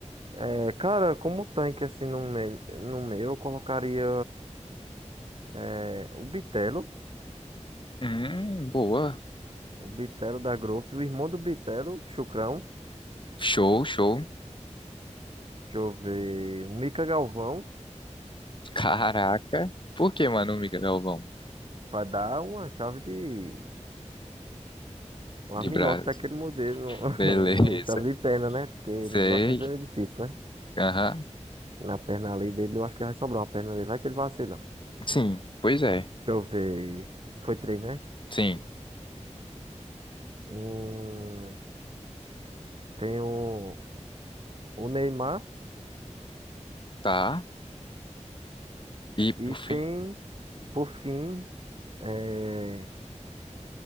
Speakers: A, on the right; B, on the left.
A: É, cara, como tanque, assim, no meu, no meu eu colocaria é, o Bitelo,
B: Hum, boa.
A: o Bitelo da Growth, o irmão do Bitelo, Chucrão.
B: Show, show.
A: Deixa eu ver, o Mica Galvão,
B: Caraca. Por que, mano, Miguel Galvão?
A: para dar uma chave de... Um
B: De
A: armlock
B: Brás.
A: daquele modelo, no-
B: Beleza.
A: <laughs> não, uma chave de perna, né? Porque
B: Sei.
A: no braço vai ser meio difícil, né?
B: Aham.
A: Na perna ali dele, eu acho que vai sobrar uma perna dele, vai que ele vacila.
B: Sim, pois é.
A: Deixa eu ver. Foi três, né?
B: Sim,
A: um tem o, o Neymar
B: tá. E por
A: e tem,
B: fim,
A: por fim, é,